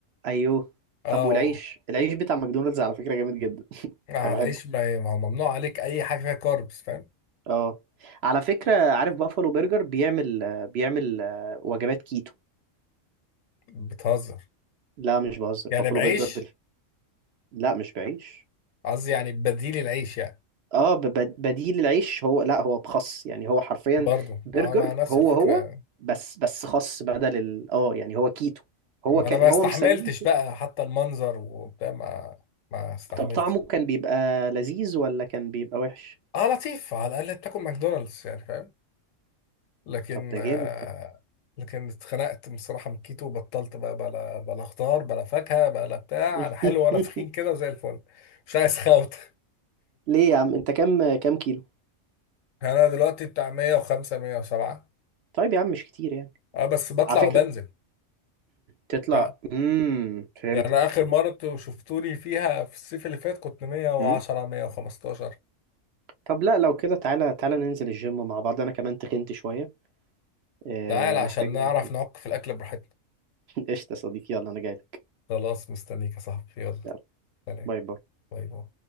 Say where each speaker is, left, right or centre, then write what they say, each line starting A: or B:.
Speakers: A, on the right (about 60°); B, on the left (about 85°).
A: ايوه
B: اه
A: طب والعيش العيش بتاع ماكدونالدز على فكره جامد جدا <laughs>
B: آه،
A: طب بحبه
B: العيش ما ما هو ممنوع عليك اي حاجه فيها كاربس فاهم
A: اه على فكرة عارف بافالو برجر بيعمل آه، بيعمل آه، وجبات كيتو
B: بتهزر
A: لا مش بهزر
B: يعني
A: بافالو
B: بعيش
A: برجر بال... لا مش بعيش
B: قصدي يعني بديل العيش يعني
A: اه ب- ب- بديل العيش هو لا هو بخس يعني هو حرفيا
B: برضه
A: برجر
B: مع مع نفس
A: هو
B: الفكره
A: هو بس بس خس بدل ال... اه يعني هو كيتو هو
B: انا
A: ك... هو
B: ما استحملتش
A: مسميه كده
B: بقى حتى المنظر وبتاع ما ما استحملتش
A: طب طعمه كان بيبقى لذيذ ولا كان بيبقى وحش
B: اه لطيف على الاقل بتاكل ماكدونالدز يعني فاهم لكن
A: طب ده
B: آه
A: جامد ده
B: لكن اتخنقت بصراحه من الكيتو وبطلت بقى بلا بلا خضار بلا فاكهه بلا بتاع
A: <laughs>
B: انا حلو وانا تخين كده وزي الفل مش عايز خوت
A: ليه يا عم انت كام كام كيلو
B: يعني انا دلوقتي بتاع 105 107
A: طيب يا عم مش كتير يعني
B: اه بس بطلع
A: على فكرة
B: وبنزل
A: تطلع
B: يعني
A: امم فهمتك
B: يعني انا اخر مره انتوا شفتوني فيها في الصيف اللي فات كنت 110
A: مم.
B: 115
A: طب لا لو كده تعالى تعالى ننزل الجيم مع بعض انا كمان تخنت شوية آه،
B: تعال عشان
A: محتاجة
B: نعرف
A: <laughs>
B: نعك في الاكل براحتنا
A: قشطة يا صديقي يلا انا جايلك
B: خلاص مستنيك يا صاحبي يلا
A: يلا
B: سلام
A: باي باي
B: باي باي